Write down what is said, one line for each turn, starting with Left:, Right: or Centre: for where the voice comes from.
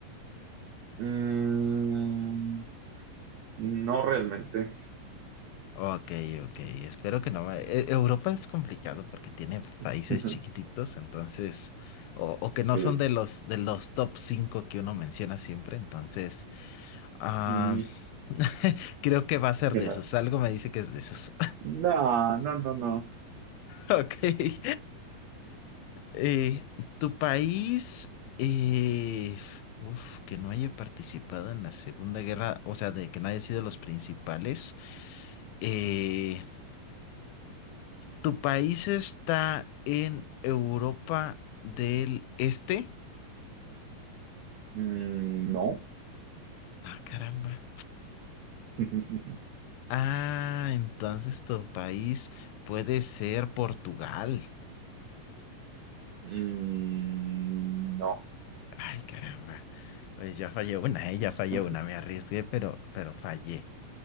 Right: Mm, no realmente.
Left: Ok, ok, espero que no me... e- Europa es complicado porque tiene países
Right: <laughs>
Left: chiquititos, entonces, o, o que no
Right: Sí.
Left: son de los, de los top 5 que uno menciona siempre, entonces, ah,
Right: Mm,
Left: <laughs> creo que va a ser
Right: <laughs>
Left: de esos, algo me dice que es de esos.
Right: No, no, no, no.
Left: <laughs> Ok. <laughs> Eh, tu país, eh, uf, que no haya participado en la Segunda Guerra, o sea, de que no haya sido los principales. eh, ¿Tu país está en Europa del Este?
Right: Mm, no.
Left: Ah, caramba.
Right: <laughs>
Left: Ah, entonces tu país puede ser Portugal.
Right: Mm, No.
Left: Ay, caramba. Pues ya fallé una, eh, ya fallé
Right: <laughs>
Left: una, me arriesgué, pero, pero fallé.